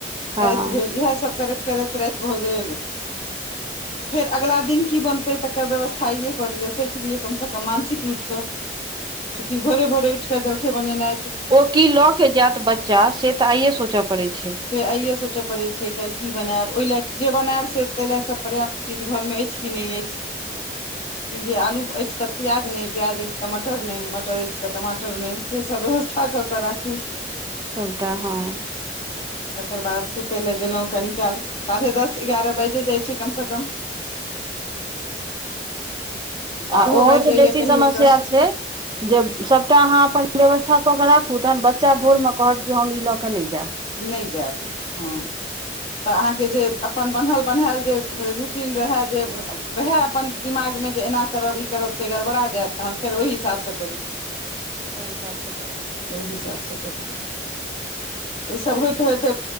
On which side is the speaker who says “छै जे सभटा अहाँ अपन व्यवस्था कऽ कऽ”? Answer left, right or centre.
Right